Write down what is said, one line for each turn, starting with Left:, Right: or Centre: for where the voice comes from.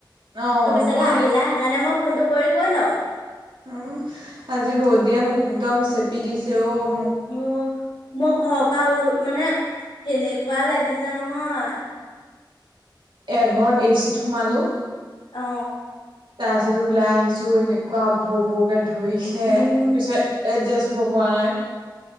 Right: অ'
Left: তুমি চাগে
Right: মই
Left: আহিলা সেইকাৰণে মই ফোনটো কৰি কৈ লও
Right: উম আজি ৰদ দিয়ে মোক একদম চেপি দিছে অঔ
Left: অ মই ঘৰৰ পৰা ওলো মানে কেনেকুৱা লাগিছে জ নহয়
Right: এঘৰত এ চিত সোমালোঁ
Left: অ
Right: তাৰপিছত ওলাই আহিছো এনেকুৱা ভৌ ভৌকে ধৰিছে
Left: উম
Right: পিছত ইয়াত যাইছো ব পোৱা নাই